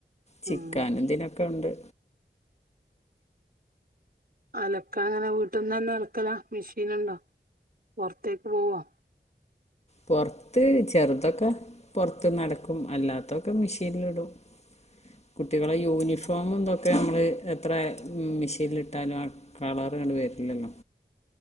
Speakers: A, on the left (about 35°); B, on the right (about 55°).
A: ചിക്കാനും
B: ഉം
A: ദിനൊക്കെ ഉണ്ട്.
B: അലക്കാനങ്ങനെ വീട്ടിന്നന്നെ അലക്കലാ മിഷീനൊണ്ടോ പൊറത്തേക്ക് പോവോ
A: പൊറത്ത് ചെറുതൊക്കെ പൊറത്തുന്നലക്കും അല്ലാത്തൊക്കെ മിഷീനിലിടും. കുട്ടികളെ യൂനിഫോമും ഇതൊക്കെ നമ്മള് എത്രേ മിഷീൻലിട്ടാലും ആ കളറങ്ങട് വരില്ലല്ലോ.